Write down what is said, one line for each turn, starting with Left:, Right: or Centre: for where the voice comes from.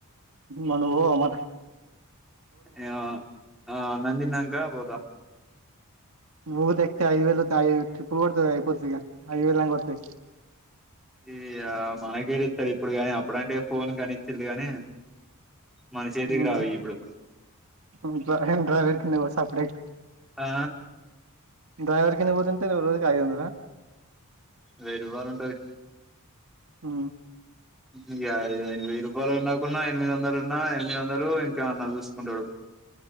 Right: మన అమాట <unintelligible>
Centre: ఏమో ఆ అన్నం తిన్నక బోతా
Right: ఊ ద ఎక్తే ఐ వేల ఐ ట్రిపుల్ కొతది ఐపోర్ ఐ వేల కొత <unintelligible>
Centre: ఇగ మనకేడి ఇస్తారు ఇప్పుడు కాని అప్పుడంటే ఫోన్ కానిచ్చింది కాని మన చేతికి
Right: ఉహు
Centre: రావు ఇప్పుడు
Right: అబ్బ హెహె డైవర్ కింద పో సప్పుడేక
Centre: ఆ
Right: డ్రైవర్ కింద పోతుంటే రోజుకి ఐదువందల
Centre: వేయి రూపాయలు ఉంటది
Right: ఉ
Centre: ఇగ ఐదు ఐదు వెయ్యి రూపాయలు ఉన్నాకున్నా ఎనిమిది వందలు ఉన్నా ఎనిమిది వందలు ఇంకా ఎమన్నా చూసుకుంటాడు